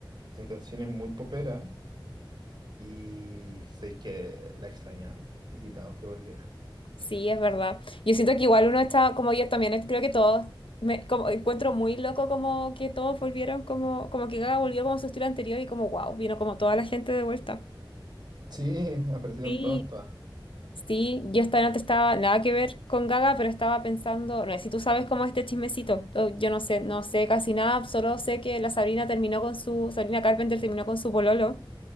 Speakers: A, on the right; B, on the left.
A: Tiene canciones muy poperas y sé que la extrañamos. Necesitábamos que volviera.
B: Sí, es verdad. Yo siento que igual uno está, como yo también, es- creo que todos, me como, encuentro muy loco como que todos volvieron, como, como que Gaga volvió como a su estilo anterior y como, wow, vino como toda la gente de vuelta.
A: Sí, <laughs> aparecieron
B: Sí.
A: todas, todas.
B: Sí, yo esta noche estaba nada que ver con Gaga, pero estaba pensando, no sé si tú sabes cómo es este chismecito. Yo yo no sé, no sé casi nada, solo sé que la Sabrina terminó con su, Sabrina Carpenter terminó con su pololo.